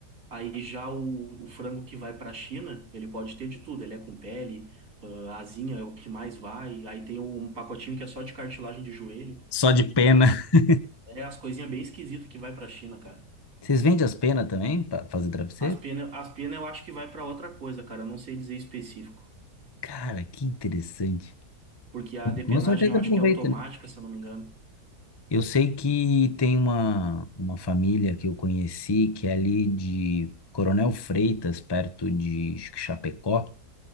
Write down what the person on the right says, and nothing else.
Aí já o, o frango que vai para a China, ele pode ter de tudo. Ele é com pele, ah, asinha é o que mais vai. Aí tem um pacotinho que é só de cartilagem de joelho.
É as coisinhas bem esquisitas que vai pra China, cara.
As penas, as pena eu acho que vai pra outra coisa, cara. Eu não sei dizer específico.
Porque a depenagem
eu acho
que é automática,
se eu não me engano.